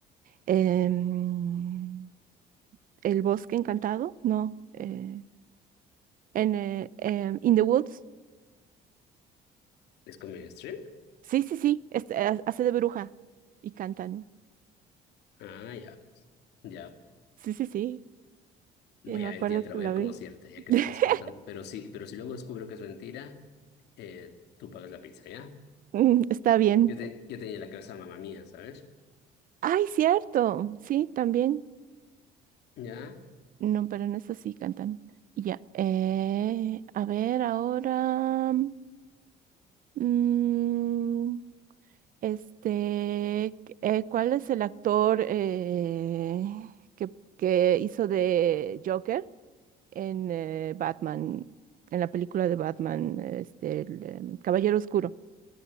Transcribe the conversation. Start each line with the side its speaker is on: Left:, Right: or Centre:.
Right: Em, El bosque encantado, no. eh, en, eh, em, In the Woods.
Left: ¿es con Meryl Streep?
Right: Sí, sí, sí. este, ha- hace de bruja y cantan.
Left: Ah, ya. pues. Ya,
Right: Sí, sí, sí.
Left: Voy
Right: eh, me
Left: a,
Right: acuerdo
Left: ya te
Right: que
Left: la voy
Right: la
Left: a dar
Right: vi.
Left: como cierta, ya
Right: <laughs>
Left: que lo dices con tanto. Pero sí, pero si luego descubro que es mentira, eh, tú pagas la pizza, ¿ya?
Right: Mm, Está bien.
Left: Yo, te, yo tenía en la cabeza mamá mía, ¿sabes?
Right: Ay, cierto. Sí, también.
Left: ¿Ya?
Right: No, pero en esta sí cantan. Y Ya. Eh, a ver, ahora. mm, este. eh, ¿cuál es el actor eh, que, que hizo de Joker en eh, Batman? En la película de Batman, este, el, em, Caballero Oscuro.